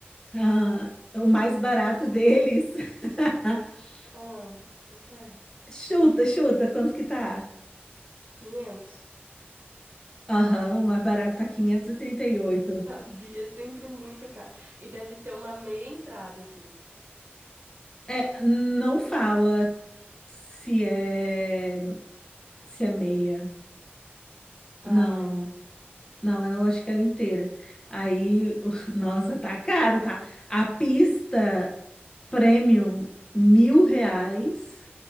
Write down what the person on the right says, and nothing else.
ah, quanto é?
500.
Sabia, <laughs> sempre muito caro. E deve ser uma meia entrada, assim.
Ai,